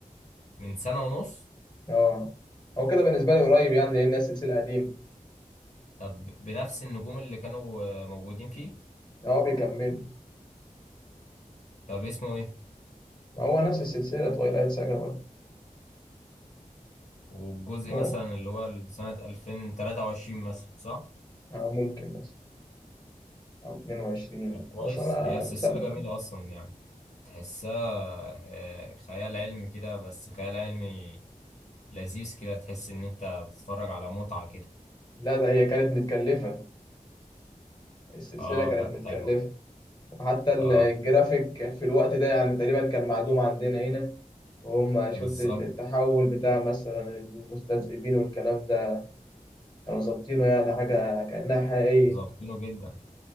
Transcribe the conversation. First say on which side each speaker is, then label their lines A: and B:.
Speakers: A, on the left (about 55°); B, on the left (about 30°).
A: من سنة ونص
B: اه هو كده بالنسبة لي قريب يعني لأن هي سلسلة قديمة
A: طب بنفس النجوم اللي كانوا آه، موجودين فيه
B: اه بيكملوا
A: طب اسمه ايه؟
B: ما هو نفس السلسلة تويلايت ساجا برضه
A: والجزء
B: مو
A: مثلا اللي هو سنة 2023 مثلا صح؟
B: أو ممكن مثلا أو 22
A: طب كويس
B: بس أنا
A: هي السلسلة
B: سامع
A: جميلة أصلا يعني تحسها آه، خيال علمي كده بس خيال علمي لذيذ كده تحس إن أنت بتتفرج على متعة كده
B: لا ده هي كانت متكلفة السلسلة
A: آه
B: كانت
A: لأ
B: متكلفة
A: حلو
B: وحتى ال-
A: آه
B: الجرافيك في الوقت ده يعني تقريبا كان معدوم عندنا هنا وهم شفت
A: بالظبط
B: التحول بتاع مثلا المستذئبين والكلام ده كانوا ظابطينه يعني حاجة كأنها حقيقية
A: ظابطينه جدا